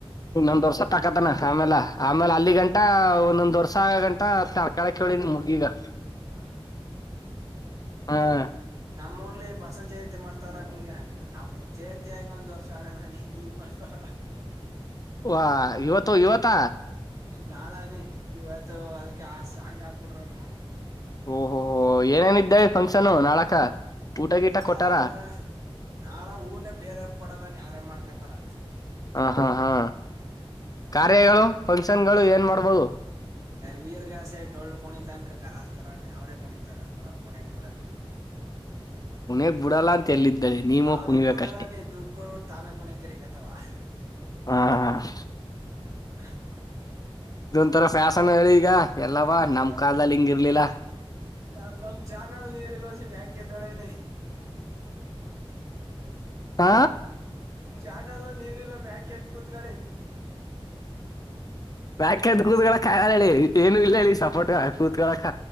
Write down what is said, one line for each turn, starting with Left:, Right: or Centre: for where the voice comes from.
Left: ಇನ್ನೊಂದ್ ವರ್ಷ ತಕತನೇ ಆಮೇಲ್ಲ ಆಮೇಲೆ ಅಲ್ಲಿ ಗಂಟ ಒಂದೊಂದ್ ವರ್ಷ ಆಗ ಗಂಟ ತಡ್ಕಳಕೆಳ್ಳಿ ನಿಮ್ ಹುಡ್ಗಿಗೆ
Right: ಹಾ
Left: ಹ
Right: ನಮ್ ಊ ಲಿ ಬಸವ ಜಯಂತಿ ಮಾಡ್ತಾರ ನೀಗ ಅ ಜಯಂತಿ ಆಗಿ ಒಂದ್ ವರ್ಷ ಆಗದಾನ ಈಗ ಮಾಡ್ತಾರೆ
Left: ವ ಇವತ್ತು ಇವತ್ತ
Right: ನಾಳನಿ ಇವತ್ತು ಅದಕ್ಕೆ ಸಾಂಗ್ ಹಾಕ್ಬಿಟ್ರನಿ.
Left: ಓಹೋ ಏನೇನಿದ್ದೆ ಫಂಕ್ಷನು ನಾಳಕ ಊಟ ಗೀಟ
Right: ನಾಳ
Left: ಕೊಟ್ಟಾರ
Right: ನಾಳ ಊಟ ಬೇರೆರಿಗ್ ನಿ ಕೊಡಲ್ಲಾನ ಯ್ರೇ ಮಾಡ್ಕ. ತ್ತರ
Left: ಹ ಹಾ ಹಾ
Right: ಹಾ
Left: ಕಾರ್ಯಗಳು
Right: ಬೇರೆ
Left: ಫಂಕ್ಷನ್ಗಳು ಏನ್ ಮಾಡ್ಬೋದು
Right: ವೀರ್ಗಾಸ ಡೊಳ್ಳಕಣ ತನ್ಕ. ಕರಸ್ತಾರ ಅವ್ರೇ ಕೋಿತಾರ ಅವ್ರರು ಕೊನಿ ಯಾಕ್.
Left: ಕುಣಗ್ ಬಿಡಲ್ಲ ಅಂತ ಎಲ್ಲಿದ್ದಾಳೆ ನೀವ
Right: ಅವ್ರಗ್
Left: ಕುಣಿಬೇಕಷ್ಟೆ.
Right: ಬಿಡಲ್ಲಾನ ದುಡ್ಡು ಕೊಡ್ಬಿಟ್ಟು ತಾಮೆ ಕಣಿ ಕರೆ ಕಥವಾ.
Left: ಹಾ ಹ
Right: ಹ
Left: ಇದೊಂಥರ ಫ್ಯಾಷನ್ ಹೇಳಿ ಈಗ. ಎಲ್ಲವಾ
Right: ಚಾನ
Left: ನಮ್ ಕಾಲದಲ್ಲಿ ಹಿಂಗ ಇರ್ಲಿಲ್ಲ
Right: ಆಮ ತಮ ಚಾನಲ್ ನೀರಲ ಮಕ್. ಕೆ ದಳೆನೆ.
Left: ಹ
Right: ಚಾನಲ್ಲು ನೀರ್ಲ್ಲ ಮ್ಯಾಕ್. ಕೆದ ಕೂದಗಳಿ
Left: ಮ್ಯಾಕ ಎತ್ಕೊಂಡ್ರಕ್ಕಾಗಳ ಏನು ಇಲ್ಲ ಇಲ್ಲಿ ಸಪೋರ್ಟ್ ಕುಡ್ಕಾಳಕ್ಕ.